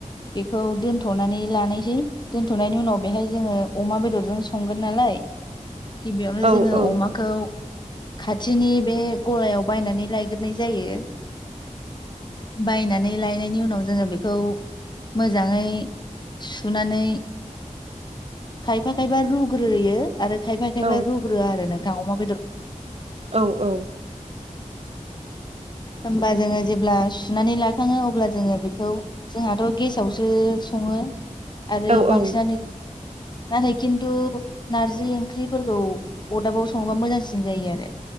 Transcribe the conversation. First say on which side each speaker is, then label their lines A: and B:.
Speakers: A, on the left; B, on the right.
A: बेखौ दोनथ'नानै लानायसै दोनथ'नायनि उनाव बेहाय जोङो अमा बेदरजों संगोन नालाय गिबियावनो
B: औ
A: जोङो
B: औ
A: अमाखौ खाथिनि बे गलायाव बायनानै लायग्रोनाय जायो। बायनानै लायनायनि उनाव जोङो बेखौ मोजाङै सुनानै खायफा खायफा रुग्रोयो आरो खायफा खायफा
B: औ
A: रुग्रोया आरो नोग <unintelligible>
B: औ औ
A: होमबा जोङो जेब्ला सुनानै लाखाङो अब्ला जोङो बेखौ जोंहाथ गेसावसो संङो आरो
B: औ
A: बांसिनानो
B: उम
A: नाथाय खिन्थु नारजि ओंख्रिफोरखौ अरदाबाव संङोबा मोजांसिन जायो आरो